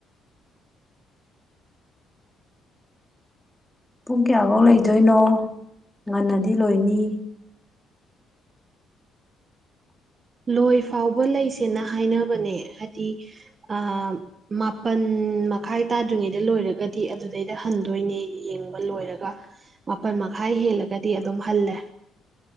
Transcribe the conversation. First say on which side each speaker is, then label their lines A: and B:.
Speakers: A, in the centre; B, on the right (about 25°).
A: ꯄꯨꯡ ꯀꯌꯥꯐꯧ ꯂꯩꯗꯣꯏꯅꯣ ꯉꯟꯅꯗꯤ ꯂꯣꯏꯅꯤ
B: ꯂꯣꯏ ꯐꯥꯎꯕ ꯂꯩꯁꯦꯅ ꯍꯥꯏꯅꯕꯅꯦ ꯍꯥꯏꯗꯤ ꯑ ꯃꯥꯄꯜ ꯃꯈꯥꯏ ꯇꯥꯗ꯭ꯔꯤꯉꯩꯗ ꯂꯣꯏꯔꯒꯗꯤ ꯑꯗꯨꯗꯩꯗ ꯍꯟꯗꯣꯏꯅꯦ ꯌꯦꯡꯕ ꯂꯣꯏꯔꯒ ꯃꯥꯄꯜ ꯃꯈꯥꯏ ꯍꯦꯜꯂꯒꯗꯤ ꯑꯗꯨꯝ ꯍꯜꯂꯦ